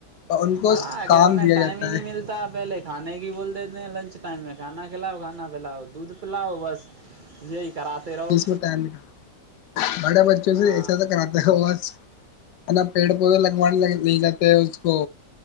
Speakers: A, on the left; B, on the right.
A: اور ان کو
B: پڑا
A: کام
B: گ انہیں
A: دیا
B: ٹائم
A: جاتا
B: ہی نہیں
A: ہے
B: ملتا پہلے کھانے کی بول دیتے ہیں لنچ ٹائم میں کھانا کھلاؤ کھانا پلاؤ دودھ پلاؤ بس یہی کراتے رہو
A: جس میں ٹائم نکالا بڑے بچوں
B: ہاں
A: سے ایساسا کراتا ہے وہ ہے نا پیڑ پودے لگوانے لے جاتے ہیں اس کو